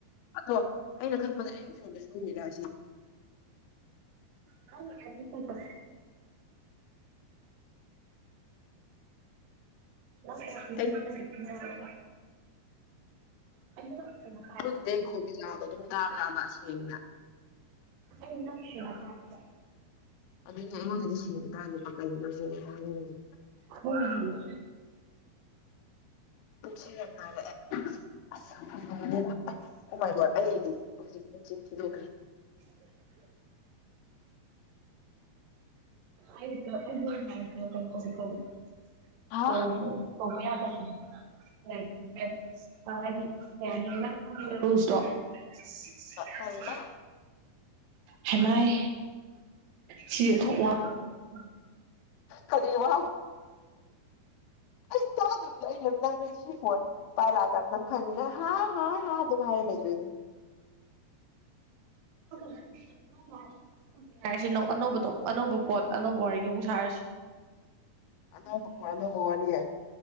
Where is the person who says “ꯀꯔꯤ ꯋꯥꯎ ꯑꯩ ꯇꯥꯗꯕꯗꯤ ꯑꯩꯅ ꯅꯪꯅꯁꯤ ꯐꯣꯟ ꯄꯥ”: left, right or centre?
Left